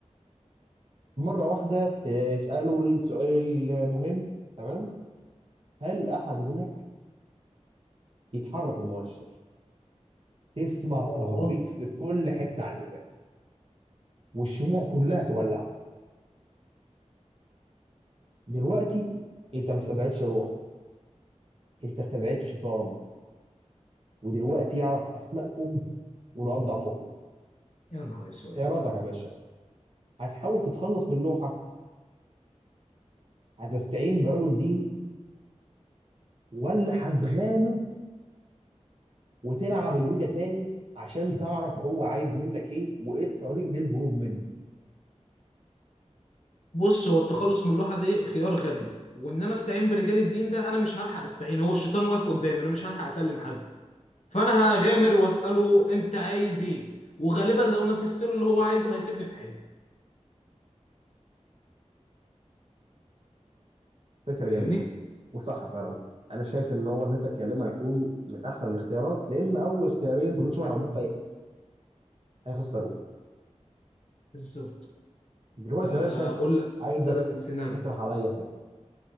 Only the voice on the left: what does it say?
اه
يا نهار اسود
بص هو التخلص من اللوحه دي خيار غبي وان انا استعين برجال الدين ده انا مش هلحق استعين هو الشيطان واقف قدامي انا مش هلحق اكلم حد فانا هغامر واساله انت عايز ايه وغالبا لو نفذت له اللي هو عايزه هيسيبني في حالي
فاهمني
بالظبط
آه،
اقول لك
مثلا سيناريو